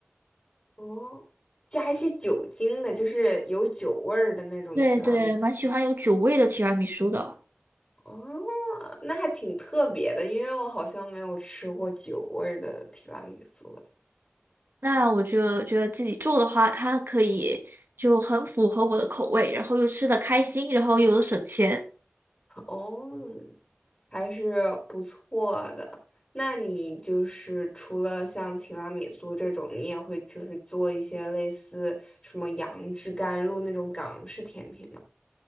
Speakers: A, on the left (about 20°); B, on the right (about 55°).
A: 哦，加一些酒精的，就是有酒味儿的那种提拉米。
B: 对对，蛮喜欢有酒味的提拉米苏的。
A: 哦，那还挺特别的，因为我好像没有吃过酒味儿的提拉米苏。
B: 那我就觉得自己做的话，它可以就很符合我的口味，然后又吃的开心，然后又有省钱
A: 哦，还是不错的。那你就是除了像提拉米苏这种，你也会就是做一些类似什么杨枝甘露那种港式甜品吗？